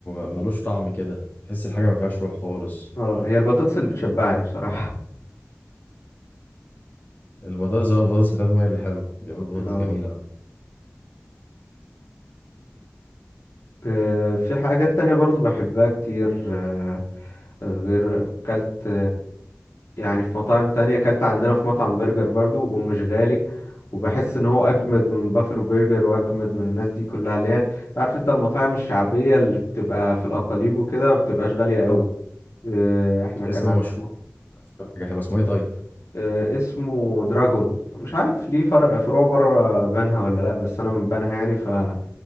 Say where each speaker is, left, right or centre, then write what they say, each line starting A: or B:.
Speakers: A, on the left; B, on the left.
A: ملوش طعم كده تحس الحاجه ما فيهاش روح خالص
B: اه هي البطاطس اللي بتشبعني بصراحة
A: البطاطس اه البطاطس بتاعتهم هي اللي حلوه بيعملوا بطاطس
B: اه
A: جميله
B: آه، في حاجات تانية برضو بحبها كتير آه، غير كلت يعني في مطاعم تانية اكلت عندنا في مطعم برجر برضو ومش غالي وبحس ان هو اجمد من بافلو برجر واجمد من الناس دي كلها اللي هي تعرف انت المطاعم الشعبية اللي بتبقى في الاقاليم وكده ما بتبقاش غالية قوي
A: طب
B: آه، احنا كان
A: اسم
B: عن...
A: مشهور حاجه حلوه اسمه ايه طيب
B: آه، اسمه دراجون مش عارف ليه فرع فروع بره بنها ولا لا بس انا من بنها يعني فهو